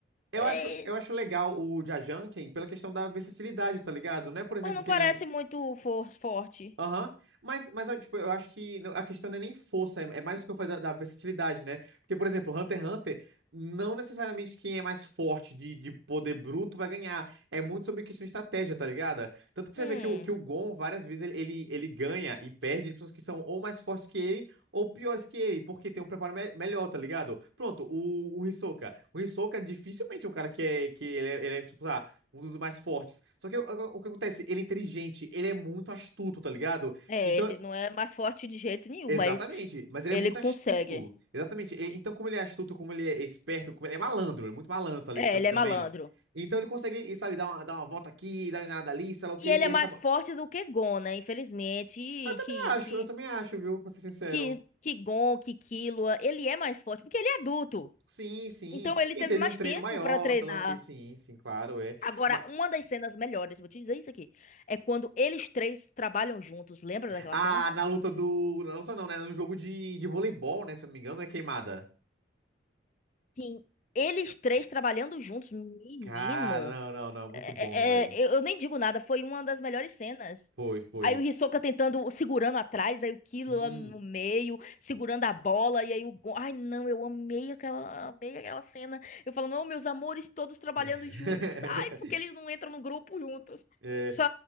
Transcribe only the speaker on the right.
Eu
acho, eu acho legal o Jajangquemin pela questão da versatilidade, tá ligado? Não é, por exemplo,
que
nem
Aham. Mas, mas, ó, tipo, eu acho que a questão não é nem força, é, é mais o que eu falei da, da versatilidade, né? Porque, por exemplo, Hunter x Hunter, não necessariamente quem é mais forte de, de poder bruto vai ganhar. É muito sobre questão de estratégia, tá ligado? Tanto que você
vê que o, que o Gon, várias vezes, ele, ele, ele ganha e perde de pessoas que são ou mais fortes que ele ou piores que ele, porque tem um preparo me- melhor, tá ligado? Pronto, o, o Hisoka. O Hisoka dificilmente é um cara que é, que ele é, ele é, tipo, um dos mais fortes. Só que o, o- o que acontece? Ele é inteligente, ele é muito astuto, tá ligado?
Então,
exatamente,
mas ele
é muito
astuto. Exatamente. E- então, como ele é astuto, como ele é esperto, como ele é malandro, ele é muito malandro tá li-
tá-
também.
Então ele consegue, e, sabe, dar uma, dar uma volta aqui, dar uma enganada ali, sei lá o quê,
e
acaba.
Eu também
acho,
eu também acho, viu, pra ser sincero.
Sim, sim.
E
teve
um treino
maior,
sei lá o quê, sim, sim, claro, é.
Ma-
Ah,
na luta do. Na luta não, né? No jogo de, de voleibol, né? Se eu não me engano, é queimada.
Cara, não, não, não, muito
bom, velho.
Foi, foi.
Sim.
<laughs>
É,